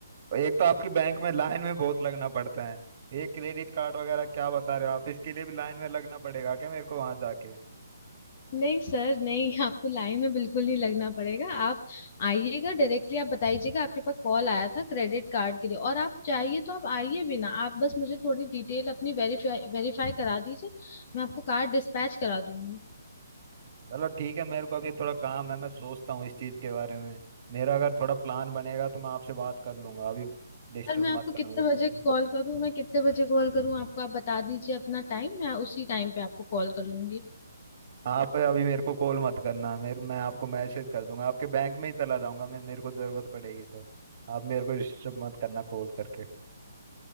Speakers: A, on the right; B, on the left.
A: एक तो आपकी बैंक में लाइन में बहुत लगना पड़ता है ये क्रेडिट कार्ड वगैरह क्या बता रहे हो आप इसके लिए भी लाइन में लगना पड़ेगा क्या मेरे को वहां जाके
B: नहीं सर नहीं आपको लाइन में बिल्कुल नहीं लगना पड़ेगा आप आइएगा डायरेक्टली आप बताइएगा आपके पास कॉल आया था क्रेडिट कार्ड के लिए और आप चाहिए तो आप आइए भी ना आप बस मुझे थोड़ी डिटेल अपनी वेरीफाई वेरीफाई करा दीजिए मैं आपको कार्ड डिस्पैच करा दूंगी
A: चलो ठीक है मेरे को अभी थोड़ा काम है मैं सोचता हूँ इस चीज के बारे में मेरा अगर थोड़ा प्लान बनेगा तो मैं आपसे बात कर लूंगा अभी डिस्टर्ब
B: सर मैं आपको
A: मत करना
B: कितने
A: मेरे
B: बजे
A: को ठीक
B: कॉल
A: है
B: करूं मैं कितने बजे कॉल करूं आपको आप बता दीजिए अपना टाइम मैं उसी टाइम पे आपको कॉल कर लूंगी
A: आप अभी मेरे को कॉल मत करना मेरे मैं आपको मैसेज कर दूंगा आपके बैंक में ही चला जाऊंगा मैं मेरे को जरूरत पड़ेगी तो आप मेरे को डिस्टर्ब मत करना कॉल करके